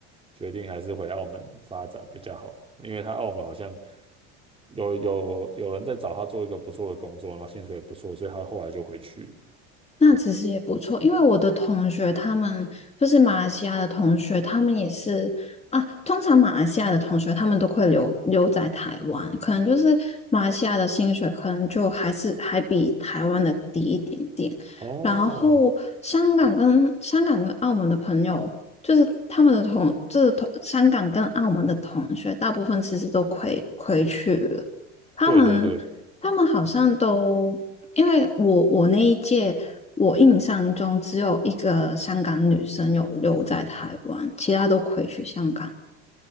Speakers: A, on the right; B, on the left.
A: 决定还是回澳门发展比较好，因为他澳门好像有有有人在找他做一个不错的工作，然后薪水也不错，所以他后来就回去。
B: 那其实也不错，因为我的同学他们就是马来西亚的同学，他们也是啊。通常马来西亚的同学他们都会留留在台湾，可能就是马来西亚的薪水可能就还是还比台湾的低一点点。
A: 哦，
B: 然后香港跟香港跟澳门的朋友，就是他们的同就是同香港跟澳门的同学，大部分其实都回回去了。他们他们好像都因为我我那一届，
A: 对对对，
B: 我印象中只有一个香港女生有留在台湾，其他都回去香港。